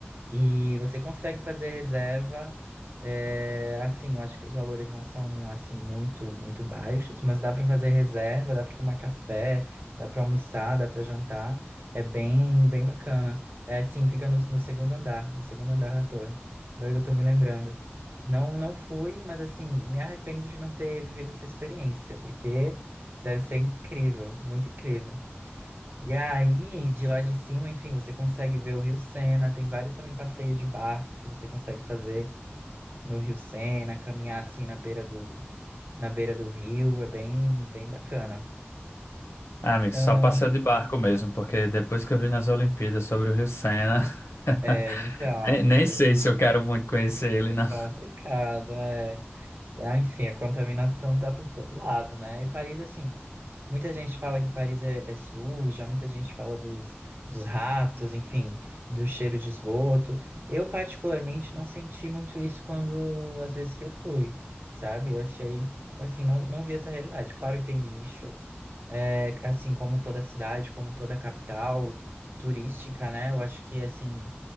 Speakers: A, on the right (about 55°); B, on the left (about 80°).
A: E você consegue fazer reserva. é, assim, eu acho que os valores não são assim muito muito baixos, mas dá para fazer reserva, dá para tomar café, dá para almoçar, dá para jantar. É bem bem bacana. É, sim, fica no, no segundo andar, no segundo andar da torre. Agora que eu tô me lembrando. Não não fui, mas assim, me arrependo de não ter vivido essa experiência, porque deve ser incrível, muito incrível. E aí, de lá de cima, enfim, você consegue ver o Rio Sena. Tem vários também passeios de barco que você consegue fazer no Rio Sena, caminhar assim na beira do, na beira do rio. É bem, bem bacana.
B: Ah, amigo, só
A: Ah,
B: passeio de barco mesmo, porque depois que eu vi nas Olimpíadas sobre o Rio Sena,
A: é,
B: <laughs>
A: então,
B: nem, nem
A: que
B: sei se eu quero muito conhecer ele, não.
A: complicado, né? Ah, Enfim, a contaminação tá por todo lado, né? E Paris, assim, Muita gente fala que Paris é, é suja, muita gente fala dos, dos ratos, enfim, do cheiro de esgoto. Eu, particularmente, não senti muito isso quando, às vezes que eu fui, sabe? Eu achei, assim, não, não vi essa realidade. Claro que tem lixo, é, assim, como toda cidade, como toda capital turística, né? Eu acho que, assim,